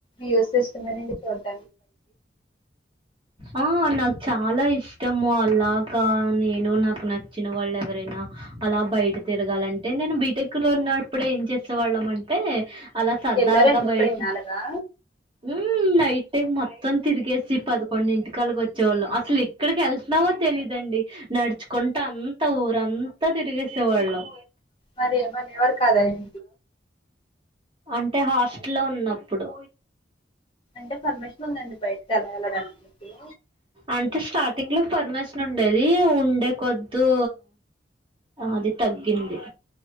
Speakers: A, on the left (about 30°); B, on the right (about 30°).
A: యూస్ ఉండనీయండి పోతే
B: ఆ నాకు చాలా ఇష్టము అలాకా నేను నాకు నచ్చిన వాళ్ళు ఎవరైనా అలా బయట తిరగాలంటే నేను బీటెక్ లో ఉన్నప్పుడు ఏం చేసే వాళ్ళమంటే అలా సరదాగా
A: వెళ్ళారండి ఎప్పుడైనా
B: బయట్
A: అలాగా
B: ఉమ్ నైట్ టే మొత్తం తిరిగేసి పదకొండిటికలాగ వచ్చేవోళ్ళం అసలు ఇక్కడికి ఎళ్తున్నామో తెలీదండి నడుచుకుంటా అంతా ఊరంతా తిరిగేసేవాళ్ళం
A: మరి ఏం అనేవరు కాదా ఇన్
B: అంటే హాస్టల్ లో ఉన్నప్పుడు
A: అంటే పర్మిషన్ ఉందండి బయటి కలా వెళ్ళడానికి మీకు
B: అంటే స్టార్టింగ్ లో ఫర్మేస్ ట్లుండేది ఉండే కొద్దు అది తగ్గింది.